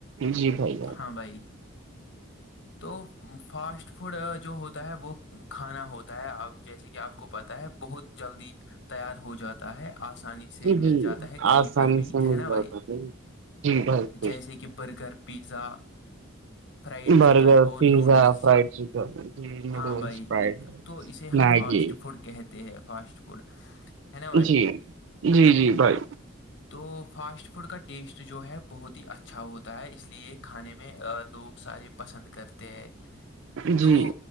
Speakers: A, on the right; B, on the left.
A: جی بھائی بائی
B: ہاں بھائی تو فاسٹ فوڈ جو ہوتا ہے وہ کھانا ہوتا ہے آپ جیسے آپ کو پتا ہے بہت جلدی تیار ہو جاتا ہے آسانی سے
A: جی جی
B: مل جاتا ہے کہیں
A: آسانی
B: پر بھی
A: سے مل
B: ہے نا
A: جاتا
B: بھائی
A: ہے۔ جی بھائی
B: جیسے کہ برگر پ پیزا فرائڈ
A: برگر
B: چکن اور
A: پیزا
B: نوڈلس
A: فرائڈ چکن نوڈلس
B: ہاں بھائی
A: فرائڈ رائس
B: تو اسے ہم
A: میگی
B: فاسٹ فوڈ کہتے ہیں فاسٹ فوڈ ہے نا بھائی
A: جی جی جی بھائی
B: تو فاسٹ فوڈ کا ٹیسٹ جو ہے بہت ہی اچھا ہوتا ہے اس لیے کھانے میں لوگ سارے پسند کرتے ہیں
A: جی
B: تو